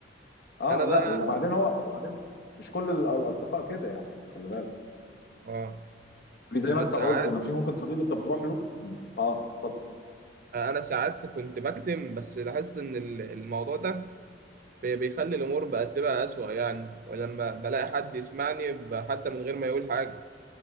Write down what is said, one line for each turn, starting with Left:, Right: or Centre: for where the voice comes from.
Left: اه
Right: انا بقى
Left: لا وبعدين هو وبعدين مش كل ال- الاصدقاء كده يعني خلي بالك
Right: اه
Left: في زي
Right: انا
Left: ما انت
Right: ساعات
Left: قلت ان في ممكن صديق انت بتروح له اه اتفضل
Right: انا ساعات كنت بكتم بس لاحظت ان ال- الموضوع ده بي- بيخلي الامور بقت تبقى اسوأ يعني ولما بلاقي حد يسمعني ب- حتى من غير ما يقول حاجه